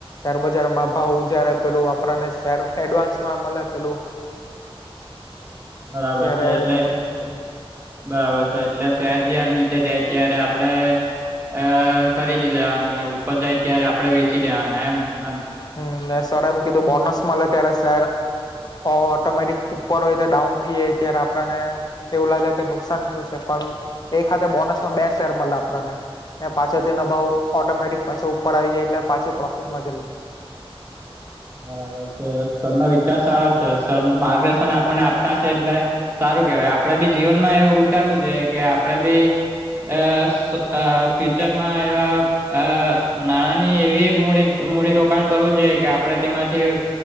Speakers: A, on the left; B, on the right.
A: શેરબજારમાં ભાવ જયારે પેલું આપડાને શેર એડવાન્સ માં મળે પેલું <inaudible>
B: બરાબર
A: ત્યારેને
B: છે એટલે
A: બધું થાય
B: બરાબર છે, એટલે સેજાર નીચે જાય ત્યારે આપડે અ, ખરીદી લેવાના અને ઉપર જાય ત્યારે આપડે વેચી દેવાના એમ ને? હા.
A: હમ, સર એમ કીધું બોનસ મળે ત્યારે સર ઓટોમેટિક ઉપર હોય છે ડાઉન થઈ જાય ત્યારે આપણને એવું લાગે કે નુકસાન થ્યું છે પણ એક હાથે બોનસમાં બે શેર મળે આપણને ને પાછોથી એનો ભાવ ઉ ઓટોમેટિક પાછો ઉપર આવી જાય એટલે પાછું પ્રોફિટ માંગી લે.
B: બરાબર છે તેમનો વિચાર સારો છે સ અ માર્ગદર્શન આપનને આપતા હશે એટલે સારું કેહવાય આમ આપડે બી જીવન માં એવું ઉતારવું જોઈએ કે આપડે બી અ સ અ ફ્યુચરમાં એવા અ નાણાંની એવી મૂડી મૂડીરોકાણ કરવું જોઈએ કે આપણેે તેમાંથી